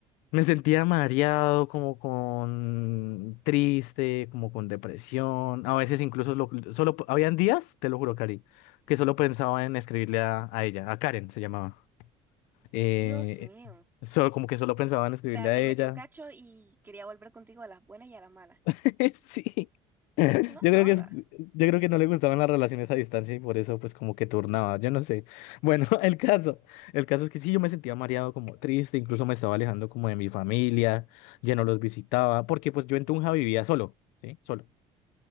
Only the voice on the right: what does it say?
Dios mío. O
sea,
te
metió cacho y quería volver contigo a las buenas y a las malas.
No joda.